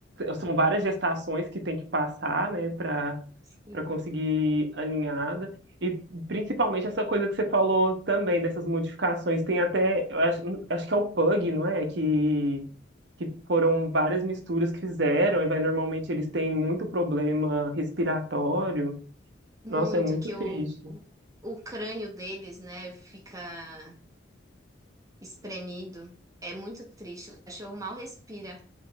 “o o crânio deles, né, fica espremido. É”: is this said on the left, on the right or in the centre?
Right